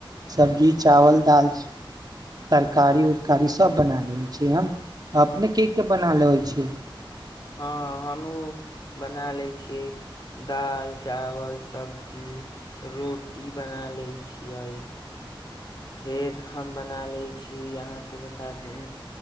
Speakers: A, on the right; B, on the left.
A: सब्जी चावल दालि तरकारी उरकारी सभ बना लेबैत छियै हम अपने के के बना लेबै छियै
B: हँ हमहु बना लै छियै दाल चावल सब्जी रोटी बना लए छियै फेर हम बना लैत छीय यहाँसँ बता दू